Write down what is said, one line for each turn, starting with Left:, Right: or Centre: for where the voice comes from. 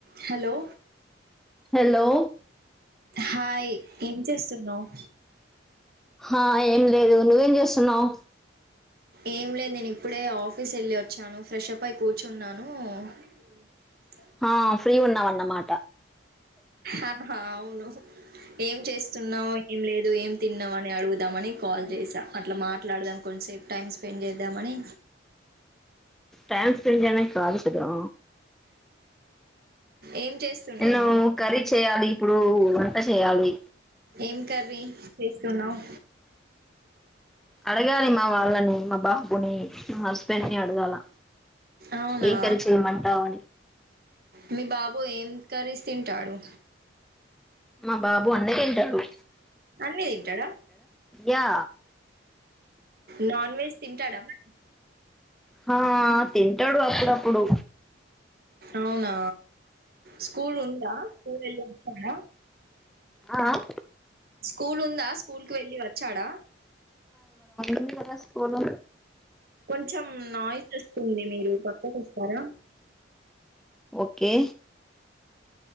Right: Hello
Centre: hello
Right: hi ఏం చేస్తున్నావ్
Centre: హాఁ ఏం లేదు. నువ్వేం చేస్తున్నావ్
Right: ఏం లేదు నేను ఇప్పుడే ఆఫీస్ ఎళ్ళి వచ్చాను ఫ్రెషప్పై కూర్చున్నాను. అ
Centre: ఆ ఫ్రీ ఉన్నావన్నమాట
Right: ఆఁ హాఁ అవును ఏం చేస్తున్నావు ఏం లేదు ఏం తిన్నావని అడుగుదామని కాల్ చేస అట్లా మాట్లాడదాం కొంచ్సేపు టైమ్ స్పెండ్ చేద్దామని
Centre: ఫ్యాన్స్ స్పెండ్ చేయడానికి కాదు కదా!
Right: ఏం చేస్తున్నావు
Centre: నెను
Right: నువ్వు
Centre: కర్రీ చేయాలి ఇప్పుడు వంట చేయాలి
Right: ఏం కర్రీ చేస్తున్నావు
Centre: అడగాలి మా వాళ్ళని, మా బాబుని, మా హస్బెండ్ ని అడగాల
Right: అవునా
Centre: ఏం కర్రీ చేయమంటావని
Right: మీ బాబు ఏం కర్రీస్ తింటాడు?
Centre: మా బాబు అన్ని తింటాడు.
Right: అన్నీ తింటడా!
Centre: యా
Right: నాన్ వెజ్ తింటాడా మరి?
Centre: హా తిం టడు అప్పుడుప్పుడు.
Right: అవునా స్కూల్ ఉందా, స్కూల్ వెళ్ళొచ్చాడా
Centre: అ ఆఁ
Right: స్కూల్ ఉందా స్కూల్కి వెళ్ళి వచ్చాడా?
Centre: ఉంది కదా స్కూలు
Right: కొంచెం నాయిస్ వస్తుంది మీరు పక్కకు వస్తారా.
Centre: ఓకే